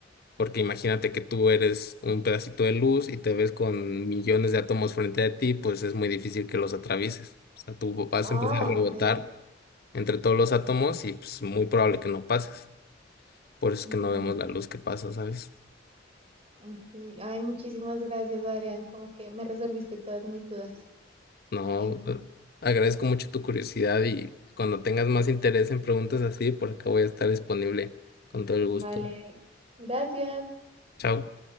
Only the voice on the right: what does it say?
Ah,
ok,
entiendo.
Okay. Ay, muchísimas gracias, Adrián. Como que me resolviste todas mis dudas.
Thank you.
Vale, gracias.